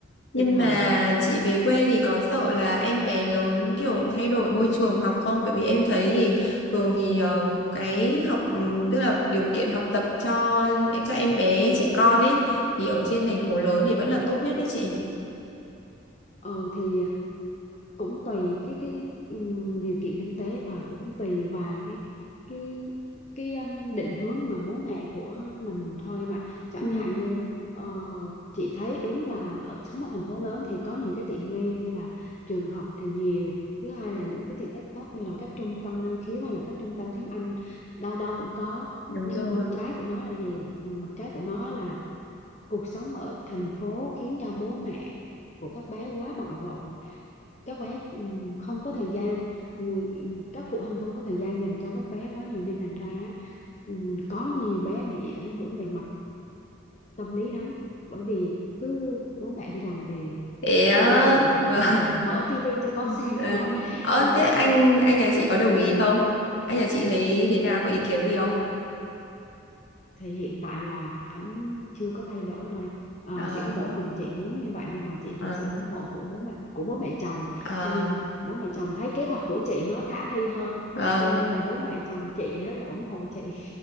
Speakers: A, on the left; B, on the left.
A: Nhưng
B: tinh thần
A: mà chị về quê thì có sợ là em bé lớn kiểu thay đổi môi trường học không? Bởi vì em thấy thì thường thì ờ, cái học ừ, tức là điều kiện học tập cho các em bé trẻ con ấy thì ở trên thành
B: ừ.
A: phố lớn thì vẫn là tốt nhất đấy chị.
B: Ừ, thì cũng tùy cái cái ừm, điều kiện kinh tế và cũng tùy vào cái cái cái um, định hướng mà bố mẹ của mình thôi mà chẳng
A: Ừ,
B: hạn như ờ, chị thấy đúng là ở sống ở thành phố lớn thì có nhiều cái tiện nghi như là trường học thì nhiều thứ hai là những cái tiện ích khác như là các trung tâm năng khiếu hay là các trung tâm tiếng Anh đâu đâu cũng có
A: đúng
B: nhưng
A: rồi.
B: mà mặt trái của nó là gì Ừ, mặt trái của nó là cuộc sống ở thành phố khiến cho bố mẹ của các bé quá bận rộn các bé ừm, không có thời gian người các phụ huynh không có thời gian dành cho các bé quá nhiều nên thành ra á, ừm, có nhiều bé bị ảnh hưởng về mặt tâm lý lắm bởi vì cứ bố mẹ đi làm về
A: Thế á,
B: cứ đưa cho điện
A: <laughs>
B: thoại
A: vâng.
B: hoặc là mở tivi cho con
A: Ờ,
B: <laughs> xem thôi
A: ờ,
B: thành
A: thế
B: ra
A: anh
B: là
A: anh nhà chị có đồng ý không? Anh nhà chị thấy thế nào có ý kiến gì không?
B: thì hiện tại là ảnh chưa có thay đổi đâu em à,
A: Ờ,
B: chỉ có mỗi mình chị muốn như vậy nhưng mà chị
A: ờ,
B: được sự ủng hộ của bố mẹ của bố mẹ chồng
A: ờ,
B: cho nên bố mẹ chồng thấy kế hoạch của chị nó khả thi hơn
A: vâng.
B: cho nên là bố mẹ chồng chị rất là ủng hộ chị